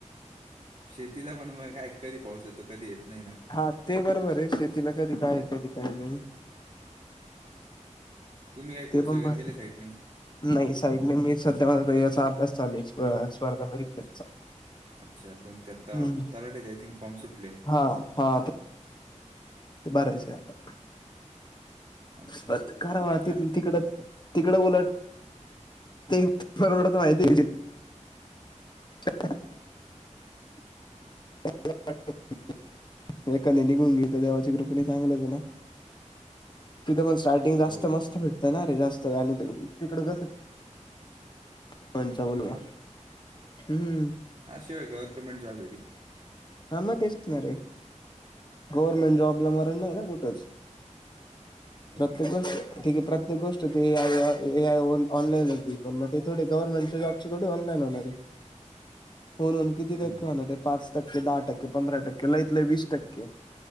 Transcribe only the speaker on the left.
हा ते बरोबर आहे शेतीला कधी काय कधी काय नाही
ते
पण
बर.
नाही साईडने मी सध्या माझा याचा अभ्यास चालूयं स्पर्धा परीक्षेचा
हम्म.
हा हा ते ते भरायचे आता
पत, करा वाहते
ते तिकडच तिकडे उलट, ते परवडत नाय ते <unintelligible> <unintelligible> मग एखाद निघून गेलतर तर देवाची कृपेने चांगलच आहे ना. तिथं पण स्टार्टिंग जास्त
मस्त भेटतं ना रे जास्त, आणि तिकडं कसं कोनचा बोलवा,
हम्म.
हां मग तेच ना रे,, गव्हर्मेंट जॉबला मरण नाही ना कुठंच.
प्रत्येक गोष्ट, ठीक आहे प्रत्येक गोष्ट ते ऑनलाईन होती, पण मग ते थोडी गव्हर्नमेंटच्या जॉबच्या थोडी ऑनलाईन होणार आहे. हुनहुन किती
टक्के होणारे, पाच टक्के, दहा टक्के, पंधरा टक्के लई त लई वीस टक्के.